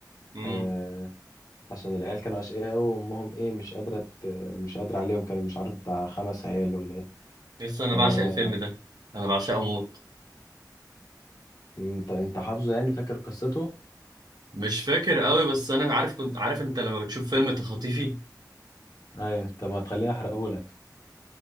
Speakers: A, on the right; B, on the left.
A: امم
B: آه، عشان العيال كانوا اشقياء أوي وامهم ايه مش قادرة ت- مش قادرة عليهم كانوا مش عارف بتاع خمس عيال ولا ايه
A: لسه انا
B: آه،
A: بعشق الفيلم ده انا بعشقه موت
B: انت انت حافظه يعني فاكر قصته
A: مش فاكر قوي بس انا عارف كنت عارف انت لما بتشوف فيلم تخطيفي
B: ايوه طب ما تخليني احرقهولك